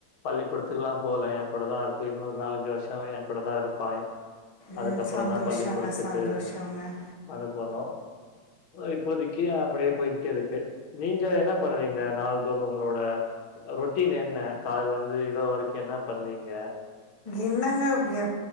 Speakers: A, on the left (about 80°); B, on the left (about 20°).
A: பள்ளிக்கூடத்துக்குலா போல எ கூட தா இருக்கு இன்னொரு நாலஞ்சு வருஷோ எங்கூட தா இருப்பா
B: ம்
A: அதுக்கப்றந்தா
B: சந்தோஷங்க
A: பள்ளிக்கூடத்துக்கு
B: சந்தோஷங்க
A: அனுப்போணு இப்போதைக்கு அப்டியே போய்கிட்டே இருக்கு நீங்க என்ன பண்ணுறீங்க நாள்தோரு உங்களோட ரொட்டீன் என்ன கால்லந்து இரவு வரைக்கு என்னா பண்ணுவீங்க
B: என்னங்க எ